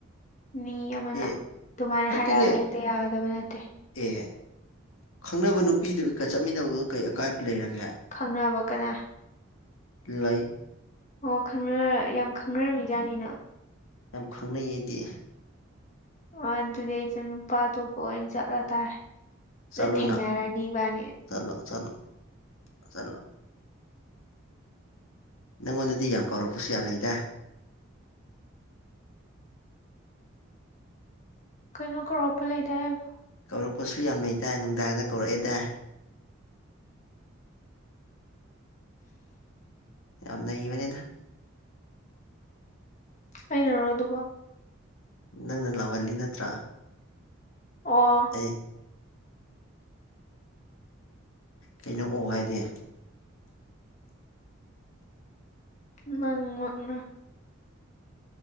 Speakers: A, on the left (about 35°); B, on the left (about 80°).
A: ꯃꯤ ꯑꯃꯅ
B: ꯑꯦ
A: ꯑꯗꯨꯃꯥꯏꯅ
B: ꯅꯠꯇꯦꯅꯦ
A: ꯍꯥꯏꯔꯛꯑꯒ ꯍꯦꯛꯇ ꯌꯥꯒꯗꯕ ꯅꯠꯇꯦ
B: ꯑꯦ ꯈꯪꯅꯕ ꯅꯨꯄꯤꯗꯒ ꯆꯠꯃꯤꯟꯅꯕ ꯀꯩ ꯑꯀꯥꯏꯕ ꯂꯩꯔꯒꯦ
A: ꯈꯪꯅꯕ ꯀꯅꯥ
B: ꯂꯩ
A: ꯑꯣ ꯈꯪꯅ ꯌꯥꯝ ꯈꯪꯅꯔꯝꯃꯤ ꯖꯥꯠꯅꯤꯅ
B: ꯌꯥꯝ ꯈꯪꯅꯩ ꯑꯩꯗꯤ
A: ꯑꯣ ꯑꯗꯨꯗꯤ ꯑꯩꯖꯨ ꯅꯨꯄꯥ ꯑꯇꯣꯞꯄ ꯑꯣꯏꯅ ꯆꯠꯂꯨ ꯇꯥꯔꯦ
B: ꯆꯠꯂꯣꯅ
A: ꯑꯗꯨ ꯊꯦꯡꯅꯔꯅꯤ ꯏꯕꯥꯅꯤ
B: ꯆꯠꯂꯣ ꯆꯠꯂꯣ ꯆꯠꯂꯣ ꯅꯪꯉꯣꯟꯗꯗꯤ ꯌꯥꯝ ꯀꯧꯔꯛꯄꯁꯨ ꯌꯥꯝ ꯂꯩꯗꯥ
A: ꯀꯩꯅꯣ ꯀꯧꯔꯛꯄ ꯂꯩꯗ ꯍꯥꯏꯕꯨ
B: ꯀꯧꯔꯛꯄꯁꯨ ꯌꯥꯝ ꯂꯩꯩꯗꯥꯏ ꯅꯨꯡꯗꯥꯡꯗ ꯀꯧꯔꯛꯑꯦꯗꯥꯏ ꯌꯥꯝ ꯅꯩꯕꯅꯦꯗ
A: ꯑꯩꯅꯔꯣ ꯑꯗꯨꯕꯣ
B: ꯅꯪꯅ ꯂꯥꯎꯍꯜꯂꯤ ꯅꯠꯇ꯭ꯔꯥ
A: ꯑꯣ
B: ꯑꯩ ꯀꯩꯅꯣ ꯑꯣ ꯍꯥꯏꯗꯤ
A: ꯅꯪ ꯃꯛꯅ